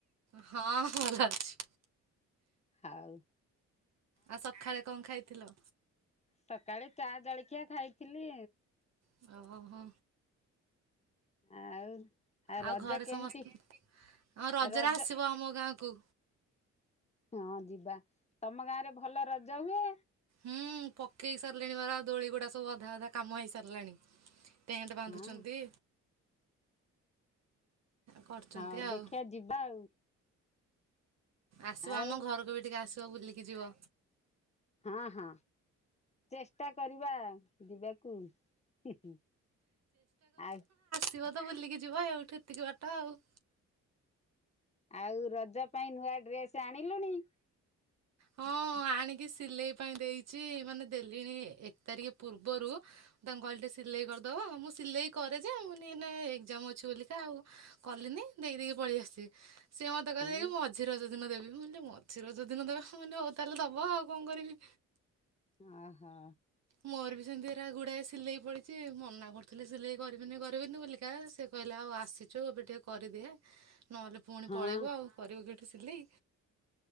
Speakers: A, on the right; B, on the left.
A: ହଁ ଭଲ ଅଛି।
B: ହଉ
A: ଆଉ ସକାଳେ କଣ ଖାଇ ଥିଲ
B: ସକାଳେ ଚା ଜଳଖିଆ ଖାଇଥିଲି।
A: <unintelligible> ଆଉ କଣ ଖ
B: ଆଉ
A: ଆଉ
B: ରଜ
A: ଘରେ
B: କେମିତି
A: ସମସ୍ତେ ହଁ ରଜରେ
B: ରଜ
A: ଆସିବ ଆମ ଗାଁ କୁ।
B: ହଁ ଯିବା ତମ ଗାଁରେ ଭଲ ରଜ ହୁଏ?
A: ହୁଁ ପକେଇ ସାରିଲିଣି ପରା <unintelligible> ଦୋଳି ଗୁଡା ସବୁ ଅଧା ଅଧା କାମ ହେଇ ସାରିଲାଣି। ଟେଣ୍ଟ ବାନ୍ଧୁଛନ୍ତି।
B: ହଁ
A: କରୁଛନ୍ତି
B: ହୋଉ
A: ଆଉ।
B: ଦେଖିଆ ଯିବା ଆଉ।
A: ଆସିବ
B: ଆଉ
A: ଆମ ଘରକୁ ବି ଟିକେ ଆସି ଆସ ବୁଲିକି ଯିବ।
B: ହଁ ହଁ ଚେଷ୍ଟା କରି ବା ଯିବାକୁ ହୁଁ ହୁଁ ଆଉ
A: ସିବ ତ ବୁଲିକି ଯିବ ଏଇଠୁ ଏତିକି ବାଟ ଆଉ।
B: ଆଉ ରଜ ପାଇଁ ନୂଆ ଡ୍ରେସ ଆଣିଲୁଣି?
A: ହଁ ଆଣିକି ସିଲେଇ ପାଇଁ ଦେଇଚି ମାନେ ଦେଲିଣି ଏକ ତାରିଖ ପୂର୍ବରୁ ତାଙ୍କୁ କହିଲ ଟିକେ ସିଲେଇ କରିଦବ ମୁଁ ସିଲେଇ କରେ ଯେ ମୁଁ କହିଲି ଏଇନା ଏକ୍ଜାମ ଅଛି ବୋଲିକା ଆଉ କଲିନି ଦେଇ ଦେଇକି ପଳେଇ ଆସିଚି ସେ ସେ କହିଲେ
B: ହଁ
A: ଯାଇକି ମଝି ରଜ ଦିନ ଦେବି ମୁଁ କହିଲି ମୁଁ କହିଲି ମଝି ରଜ ଦିନ ଦବ ମୁଁ କହିଲି ହଉ ତାହେଲେ ଦବ ଆଉ କଣ କରିବି।
B: ଓହୋ।
A: ମୋର ବି ସେମିତି ହେରା ଗୁଡ଼ାଏ ସିଲେଇ ପଡ଼ିଚି ମନା କରୁଥିଲି ସିଲେଇ କରିବିନି କରିବିନି ବୋଲିକା ସେ କହିଲେ ଆଉ ଆସିଚୁ ଏବେ ଟିକେ କରିଦେ। ନହେଲେ ପୁଣି
B: ହଁ
A: ପଳେଇବୁ ଆଉ କରିବୁ କି ସିଲେଇ